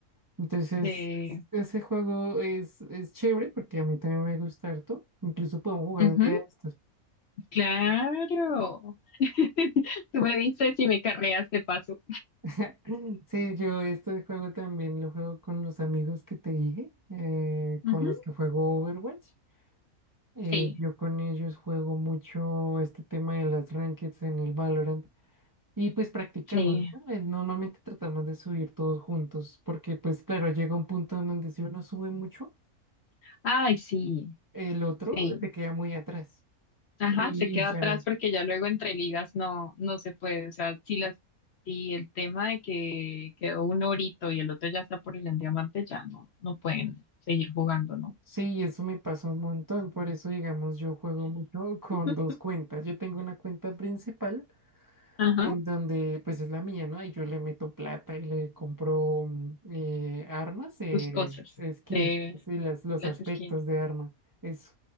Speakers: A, on the right; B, on the left.
A: Entonces,
B: sí.
A: ese juego es, es chévere porque a mí también me gusta harto. Incluso podemos jugar
B: Ujú,
A: un día de estos.
B: claro. <laughs> Tú me dices si me carreas de paso.
A: <laughs> Sí, yo este juego también lo juego con los amigos que te dije, eh, con
B: Ujú,
A: los que juego Overwatch. Eh,
B: sí,
A: yo con ellos juego mucho este tema de las rankings en el Valorant y pues practicamos,
B: sí.
A: ¿no? Eh, Normalmente tratamos de subir todos juntos porque pues claro, llega un punto en donde si uno sube mucho,
B: Ay, sí,
A: el otro
B: sí.
A: se queda muy atrás.
B: Ajá,
A: Y,
B: se queda
A: y ya,
B: atrás
A: no.
B: porque ya luego entre ligas no, no se puede. O sea, si las, si el tema de que quedó un orito y el otro ya está por el diamante, ya no, no pueden seguir jugando, ¿no?
A: Sí, eso me pasa un montón, por eso digamos yo juego mucho <laughs> con
B: <laughs>
A: dos cuentas. Yo tengo una cuenta principal
B: Ajá,
A: en donde pues es la mía, ¿no? Y yo le meto plata y le compro mm, eh, armas, eh,
B: sus cosas.
A: skins
B: Sí,
A: y las, los
B: las
A: aspectos
B: skins.
A: de arma, eso.